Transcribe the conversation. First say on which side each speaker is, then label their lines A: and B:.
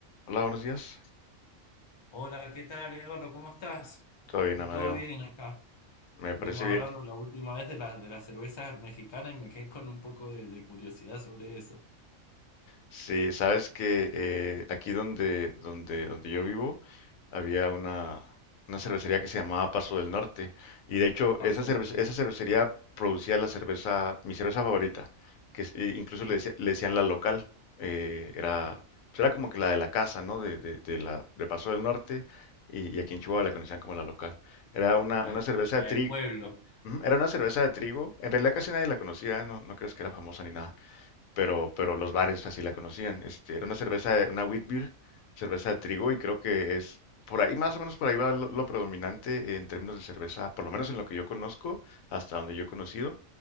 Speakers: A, on the left; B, on the left.
A: Hola, buenos días.
B: Hola, ¿qué tal, Eduardo? ¿Cómo estás?
A: Todo bien,
B: Yo
A: Amadeo.
B: todo bien acá.
A: Me parece
B: Estuvimos
A: bien.
B: hablando la última vez de la, de la cerveza mexicana y me quedé con un poco de, de curiosidad sobre eso.
A: Sí, sabes que eh, aquí donde, donde, donde yo vivo había una, una cervecería que se llamaba Paso del Norte. Y de hecho,
B: Pasó,
A: esa cervece- esa cervecería producía la cerveza, mi cerveza favorita, que es- e incluso
B: ¿sí?
A: le, decía- le decían la local. Eh, era, pues era como que la de la casa, ¿no? De, de- de la, de Paso del Norte. Y, y aquí en Chihuahua la conocían como la local. Era una,
B: La,
A: una cerveza
B: la
A: de trigo.
B: del pueblo.
A: Ujú, Era una cerveza de trigo. En realidad casi nadie la conocía, no, no creas que era famosa ni nada. Pero, pero los bares así la conocían. Este, era una cerveza, de- una wheat beer, cerveza de trigo, y creo que es por ahí, más o menos por ahí va lo, lo predominante en términos de cerveza, por lo menos en lo que yo conozco, hasta donde yo he conocido.